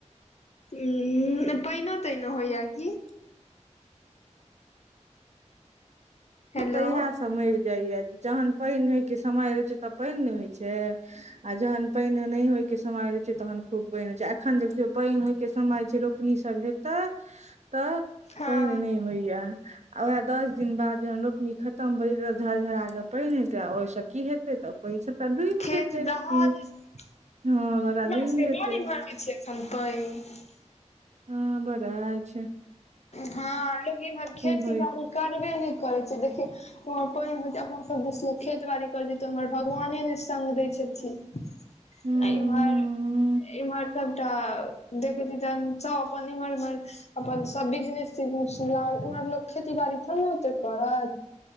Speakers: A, on the left; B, on the right.
A: उम्म पाइनो ताइनो होइयै की? हेलो
B: म तहिया स मरि जाइयै जहन पानि होय के समय रहै छै तऽ पानि नहि होइ छै आ जहन पानि नहि होय के समय रहै छै तहन खूब पानि होई छै आ एखन देखियौ पानि होय के समय छै रोपनी सब हेत तइ तऽ
A: हँ
B: पानि नहि होइयै आ वएह दस दिन बाद जहन रोपनी खतम भऽ जेतै तऽ झडझडा कऽ पानि हेतै आ ओहिस की हेतै तऽ पाई सबटा डूबि
A: खेत
B: जेतै हूं,
A: दहा हमरा
B: हॅं सबटा डूबि
A: सबके
B: जेतै।
A: बड़ <unintelligible>
B: हँ बड़ आइछै।
A: हँ लेकिन इमहर खेती
B: होइ
A: बाड़ी करबे नहि करै छै देखियौ ओमहर पानि होइ छै अपना सब दिस मे खेतबाड़ी करैछै त उमहर भगवाने नै सग दै छथिन।
B: हूँ
A: आ इम्हर इम्हर सबटा देखै छी तहन सब अपन इम्हर इम्हर अपन सब बिजनेस तिजनेस में लागल, उम्हर लोक खेती बाड़ी थोड़े ने ओते करत।